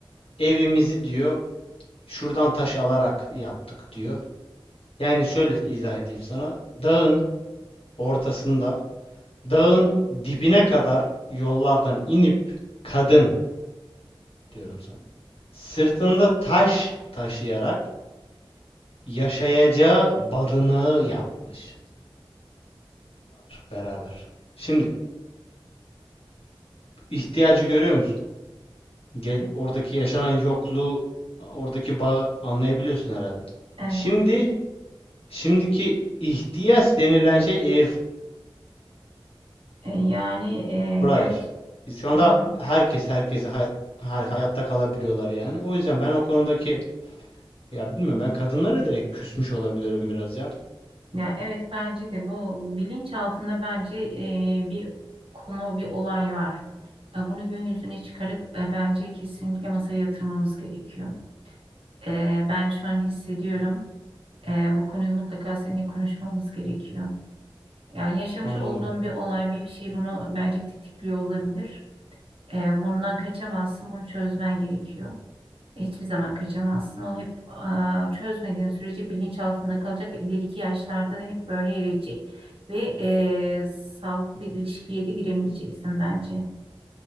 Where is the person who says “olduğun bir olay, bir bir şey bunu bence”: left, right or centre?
Right